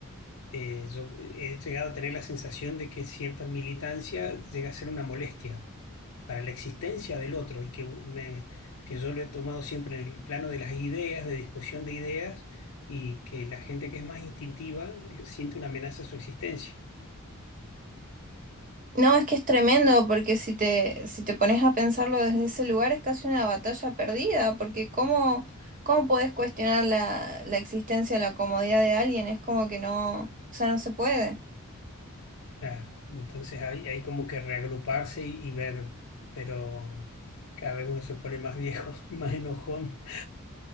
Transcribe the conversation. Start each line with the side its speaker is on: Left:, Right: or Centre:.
Left: eh, yo he llegado a tener la sensación de que cierta militancia llega a ser una molestia para la existencia del otro y que, me, que yo lo he tomado siempre en el plano de las ideas, de discusión de ideas, y que la gente que es más instintiva le- siente una amenaza a su existencia.
Right: No, es que es tremendo, porque si te, si te pones a pensarlo desde ese lugar es casi una batalla perdida, porque ¿cómo, cómo podés cuestionar la, la existencia, la comodidad de alguien? Es como que no, o sea, no se puede.
Left: Claro, entonces hay, hay como que reagruparse y, y ver, pero cada vez uno se pone más viejo, <laughs> y más enojón. <laughs>